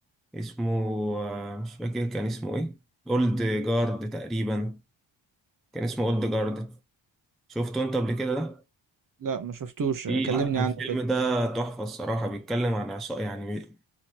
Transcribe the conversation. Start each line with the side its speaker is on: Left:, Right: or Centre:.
Centre: اسمه آه، مش فاكر كان اسمه ايه اولد جارد تقريبا كان اسمه اولد جارد شفته انت قبل كده ده
Right: لا ما شفتوش
Centre: في
Right: كلمني
Centre: الفيلم
Right: عنه كده
Centre: ده تحفة الصراحة بيتكلم عن عصابة يعني